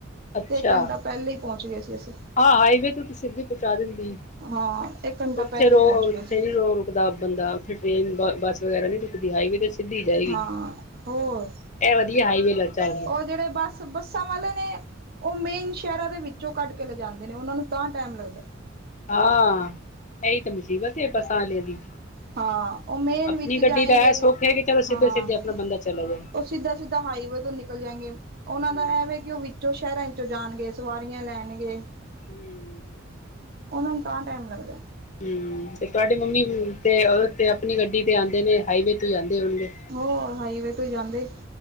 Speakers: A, on the left (about 40°); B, on the right (about 50°).
A: ਅੱਛਾ,
B: ਤੇ ਇੱਕ ਘੰਟਾ ਪਹਿਲੇ ਹੀ ਪਹੁੰਚ ਗਏ ਸੀ ਅਸੀਂ
A: ਹਾਂ ਹਾਈਵੇ ਤੋਂ ਤੁ ਸਿੱਧੀ ਪਹੁੰਚਾ ਦਿੰਦੀ।
B: ਹਾਂ ਇੱਕ ਘੰਟਾ
A: ਉੱਥੇ
B: ਪਹਿਲੇ
A: ਰੋ
B: ਹੀ ਪਹੁੰਚ ਗਏ
A: ਉੱਥੇ
B: ਸੀ
A: ਨੀ ਰੋ ਰੁਕਦਾ ਬੰਦਾ, ਉੱਥੇ ਟ੍ਰੇਨ ਬੱਸ ਵਗੈਰਾ ਨੀ ਰੁਕ ਹਾਈਵੇ ਤੇ ਸਿੱਧੀ ਜਾਏਗੀ,
B: ਹਾਂ ਹੋਰ
A: ਇਹ ਵਧੀਆ ਹਾਈਵੇ ਲਚਾ
B: ਉਹ ਜਿਹੜੇ ਬੱਸ ਤੇ ਬੱਸਾਂ ਵਾਲੇ ਨੇ, ਉਹ ਮੇਨ ਸ਼ਹਿਰਾਂ ਦੇ ਵਿੱਚੋਂ ਕੱਢ ਕੇ ਲਿਜਾਂਦੇ ਨੇ ਉਹਨਾਂ ਨੂੰ ਤਾਂ ਟਾਈਮ ਲੱਗਦਾ।
A: ਹਾਂ, ਇਹੀ ਤੇ ਮੁਸੀਬਤ ਹੈ ਬੱਸਾਂ ਵਾਲਿਆਂ ਦੀ।
B: ਹਾਂ ਉਹ ਮੇਨ
A: ਆਪਣੀ
B: ਵਿੱਚ
A: ਗੱਡੀ
B: ਜਾਏਗੇ,
A: ਦਾ ਇਹ ਸੁੱਖ ਹੈ ਕਿ ਚਲੋ
B: ਹਾਂ
A: ਸਿੱਧੇ ਸਿੱਧੇ ਆਪਣਾ ਬੰਦਾ ਚਲਾ ਜਾਏ
B: ਉਹ ਸਿੱਧਾ-ਸਿੱਧਾ ਹਾਈਵੇ ਤੋਂ ਨਿਕਲ ਜਾਏਗੇ, ਉਹਨਾਂ
A: ਹਮ
B: ਦਾ ਇਹ ਵ ਕਿ ਉਹ ਜੋ ਸ਼ਹਿਰਾਂ 'ਚੋਂ ਜਾਣਗੇ, ਸਵਾਰੀਆਂ ਲੈਣਗੇ।
A: ਹਮ।
B: ਉਹਨਾ ਨੂੰ ਤਾਂ ਟਾਈਮ ਲੱਗਦਾ।
A: ਹੂੰ, ਤੇ ਤੁਹਾਡੇ ਮੰਮੀ ਤੇ ਉਹ ਤੇ ਆਪਣੀ ਗੱਡੀ ਤੇ ਆਉਂਦੇ ਨੇ, ਹਾਈਵੇ ਤੋਂ ਜਾਂਦੇ ਹੋਣਗੇ?
B: ਹੋਰ, ਹਾਈਵੇ ਤੋਂ ਜਾਂਦੇ